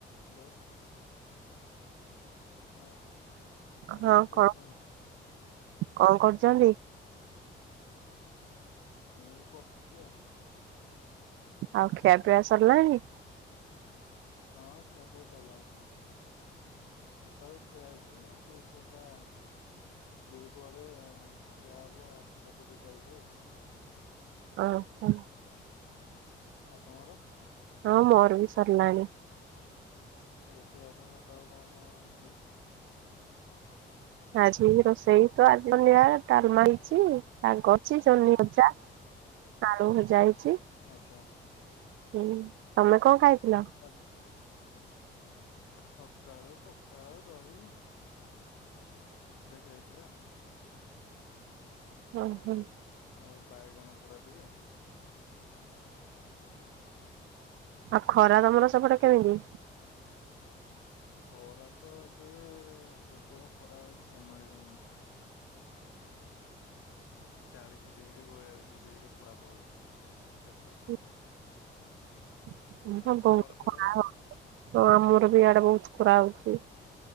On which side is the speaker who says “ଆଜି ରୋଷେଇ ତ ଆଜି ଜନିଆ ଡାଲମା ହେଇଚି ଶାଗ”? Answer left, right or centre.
Right